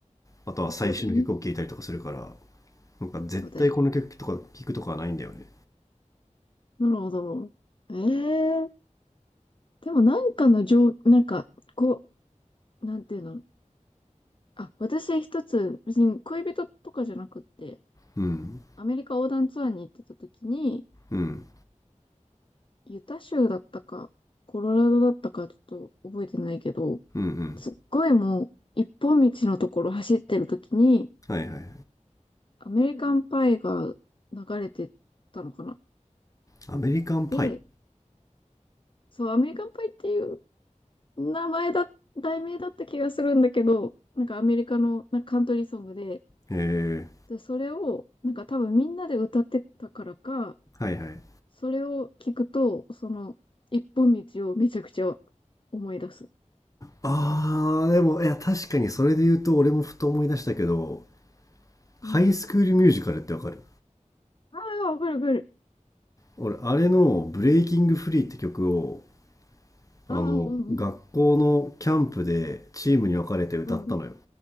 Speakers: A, on the left; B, on the left.
A: あとは最新の曲を聴いたりとかするから、
B: そうだよね。
A: なんか絶対この曲とか聴くとかはないんだよね。
B: あ確かに。なるほど。ええー。でもなんかの情、なんか、こう、なんていうの。あ、私一つ、別に恋人とかじゃなくって、
A: うん。
B: アメリカ横断ツアーに行ってた時に、
A: うん。
B: ユタ州だったか、コロラドだったか、ちょっと覚えてないけど、
A: うんうん。
B: すっごいもう、一本道のところ走ってるときに、
A: はいはいはい。
B: アメリカンパイが流れてたのかな。
A: アメリカンパイ。
B: で、
A: へ
B: そう、アメリカンパイっていう名前だ、題名だった気がするんだけど、なんかアメリカのなんかカントリーソングで、
A: え。
B: で、それを、なんか多分みんなで歌ってたからか、
A: はいはい。
B: それを聞くと、その、一本道をめちゃくちゃ思い出す。
A: あーでもいや確かにそれで言うと俺もふと思い出したけどハイスクールミュージカルってわかる
B: うん。ああ、わかるわかる。
A: 俺あれの「ブレイキングフリー」って曲を
B: ああ、
A: あの学校のキャンプでチームに分かれて歌ったのよ
B: うんうん、うん、